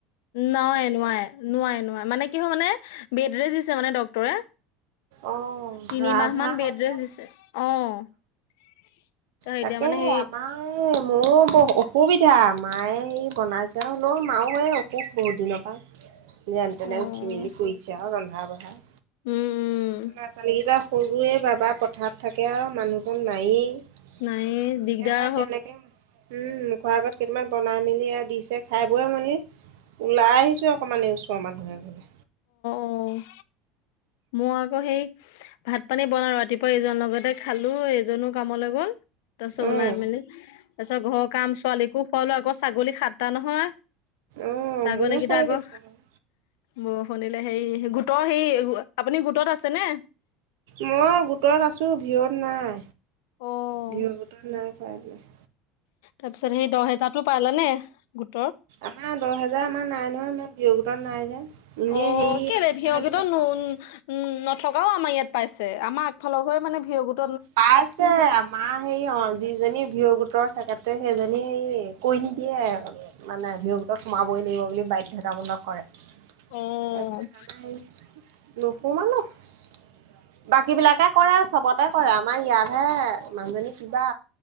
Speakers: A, on the left; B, on the right.
A: নোৱাই নোৱাৰে নোৱাৰে। মানে কি হয় মানে বেডৰেষ্ট দিছে মানে ডক্তৰে।
B: অঁ
A: তিনি
B: ৰাজহাঁহ
A: মাহ মান
B: হ'ল
A: বেডৰেষ্ট
B: যে
A: দিছে। অ' ত
B: তাকে
A: এতিয়া মানে সেই
B: আমাৰ মোৰো ব অসুবিধা মায়ে সেঈ বনাইছে হ'লেওঁ মাও অসুখ বহুত দিনৰ পৰা। যেন তেনে
A: অ উম
B: উঠি মেলি কৰিছে আৰু ৰন্ধা বঢ়া
A: উম
B: ল'ৰা ছোৱালীকেইটা সৰুৱে বাবা <unintelligible> ঘৰত থাকে আৰু মানুহজন নায়েই,
A: নাই দিগদাৰ
B: এ হয় তেনেকে উম খৰ আগত কেইটামান বনাই মেলি আৰু দিছে খাই বৈ মেলি ওলাই আহিছো অকমান এই ওচৰৰ মানুহ এঘৰলে।
A: অ' মই আকৌ সেই ভাত পানী বনাওঁ ৰাতিপুৱা এইজন লগতে খালো এজনো কামলৈ গ'ল তাৰপিছত
B: উম
A: ওলাই মেলি তাৰ পিছত ঘৰৰ কাম' ছোৱালীকো শুৱালো, আকৌ ছাগলী সাতটা নহয়।
B: উম
A: ছাগলী
B: মোৰো
A: কিতা আকৌ
B: আছে বাৰু
A: বৰষুন দিলে হেৰি, গোটৰ সেই আপুনি গোটত আছেনে?
B: মই গোটত আছো। ভিঅ'ত নাই
A: অ'
B: ভিঅ' গোটত নাই। হয়ে <unintelligible>
A: তাৰপিছত সেই দহ হেজাৰতটো পাইলানে? গো
B: আমাৰ দহ হেজাৰ আমাৰ নাই নহয় মই ভিঅ' গোটত নাই যে। এনেই
A: অ'
B: হেৰি
A: কেলে
B: আত্মসহায়ক
A: ভিঅ' গোটত
B: গোট
A: নুন
B: আছে
A: উ ন থকাও আমাৰ ইয়াত পাইছে। আমাৰ আগফালৰ ঘৰৰ মানে ভিঅ' গোট
B: পাইছে আমাৰ হেৰি অ যিজনী ভিঅ' গোটৰ ছেকেটতৰি সেইজনী হে হে কৈ নিদিয়ে মানে ভিঅ' গোটত সোমাবই লাগিব বুলি বাধ্যতামূলক কৰে। তাৰিছতে
A: অ',
B: সেই নহু মানুহ <unintelligible> বাকী বিলাকে কৰে চবতে কৰে আমাৰ ইয়াতহে, মানুহজনী কিবা